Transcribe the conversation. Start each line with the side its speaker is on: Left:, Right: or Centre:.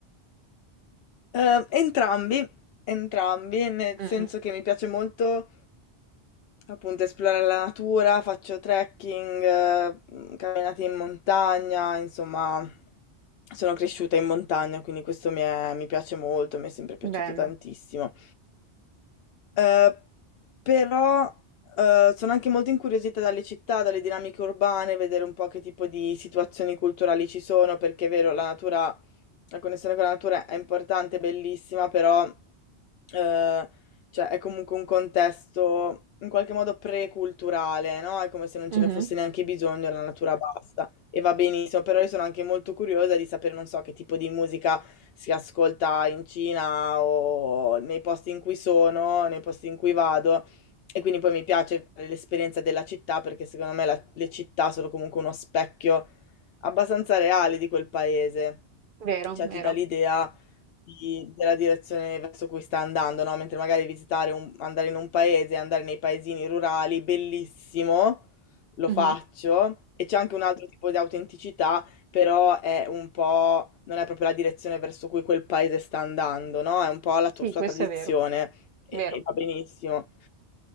Left: Eh, entrambi, entrambi, nel senso
Right: Mm, mm.
Left: che mi piace molto Appunto, esplorare la natura, faccio trekking, eh, camminate in montagna, insomma, sono cresciuta in montagna, quindi questo mi, è- mi piace molto, mi è sempre piaciuto
Right: Bello.
Left: tantissimo. Eh, però eh, sono anche molto incuriosita dalle città, dalle dinamiche urbane, vedere un po' che tipo di situazioni culturali ci sono, perché è vero, la natura, la connessione con la natura è importante, è bellissima, però eh, cioè, è comunque un contesto in qualche modo preculturale, no? È come se non
Right: Mhm.
Left: ce ne fosse neanche bisogno, la natura basta e va benissimo, però io sono anche molto curiosa di sapere, non so, che tipo di musica si ascolta in Cina o nei posti in cui sono, nei posti in cui vado. E quindi poi mi piace fare l'esperienza della città perché secondo me la- le città sono comunque uno specchio abbastanza reale di quel paese.
Right: Vero,
Left: Cioè
Right: vero.
Left: ti dà l'idea di- della direzione verso cui sta andando, no? Mentre magari visitare un, andare in un paese, andare nei paesini rurali, bellissimo, lo
Right: Mhm.
Left: faccio. E c'è anche un altro tipo di autenticità, però è un po', non è proprio la direzione verso cui quel paese sta andando, no? È un po' la tua-
Right: Sì,
Left: sua
Right: questo
Left: tradizione
Right: è vero,
Left: e,
Right: vero.
Left: e va benissimo.